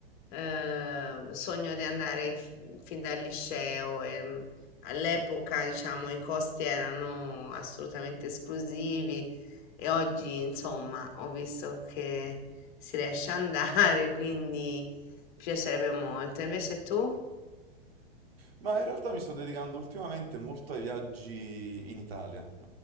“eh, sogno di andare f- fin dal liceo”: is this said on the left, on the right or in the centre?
Left